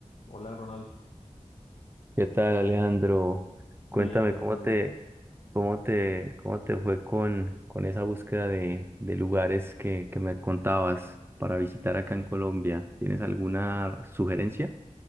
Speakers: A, on the left (about 55°); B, on the right (about 20°).
A: Hola Ronald,
B: ¿Qué tal, Alejandro?
A: bien,
B: Cuéntame
A: todo
B: cómo
A: bien.
B: te, cómo te, cómo te fue con, con esa búsqueda de, de lugares que, que me contabas para visitar acá en Colombia. ¿Tienes alguna sugerencia?